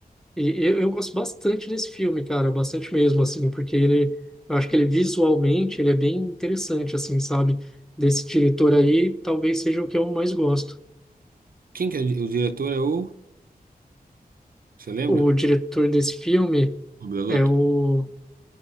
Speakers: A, in the centre; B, on the right (about 65°).
A: E eu, eu gosto bastante desse filme, cara, bastante mesmo, assim, porque ele, eu acho que ele visualmente, ele é bem interessante, assim, sabe? Desse diretor aí, talvez seja o que eu mais gosto.
B: Quem que é o di- o diretor? É o. Você lembra?
A: O diretor desse filme
B: Clube da Luta?
A: é o,